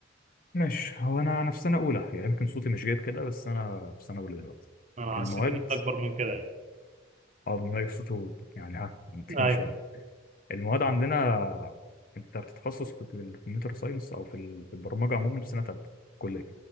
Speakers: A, on the left (about 45°); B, on the right (about 35°).
A: ماشي هو انا في سنه اولى يعني يمكن صوتي مش جايب كده بس انا في سنه اولى دلوقتي
B: انا
A: المواد
B: حسيت ان انت اكبر من كده يعني
A: اه المايك صوته يعني ها متكين
B: ايوه
A: شويه المواد عندنا انت بتتخصص في الكمبيوتر ساينس او في ال- في البرمجه عموما في سنه ثالثه كليه